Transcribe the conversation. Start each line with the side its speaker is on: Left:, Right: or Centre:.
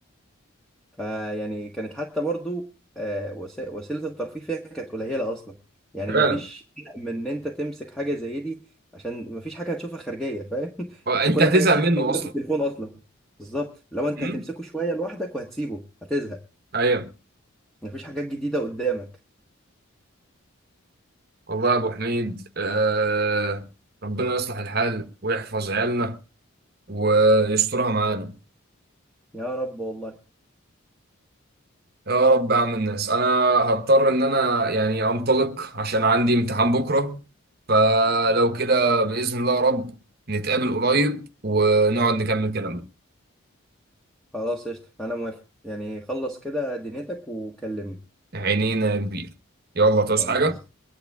Centre: فيعني كانت حتى برضو آه وس- وسيله الترفيه فيها كانت قليله اصلا يعني
Right: <laughs> فعلا
Centre: ما فيش من ان انت تمسك حاجه زي دي عشان ما فيش حاجه هتشوفها خارجيه فاهم <laughs>
Right: هو انت
Centre: انت كل
Right: هتزهق
Centre: حاجه
Right: منه
Centre: موجوده
Right: اصلا
Centre: في التليفون اصلا بالظبط لو انت
Right: مم.
Centre: هتمسكه شويه لوحدك وهتسيبه هتزهق
Right: ايوه
Centre: مفيش حاجات جديدة قدامك
Right: والله يا ابو حميد آه ربنا يصلح الحال ويحفظ عيالنا ويسترها معانا
Centre: يا رب والله
Right: يا رب يا عم الناس انا هضطر ان انا يعني انطلق عشان عندي امتحان بكره فلو كده باذن الله يا رب نتقابل قريب ونقعد نكمل كلامنا
Centre: خلاص قشطة أنا موافق يعني خلص كده دنيتك وكلمني
Right: عينينا يا كبير يلا تعوز
Centre: خلاص
Right: حاجة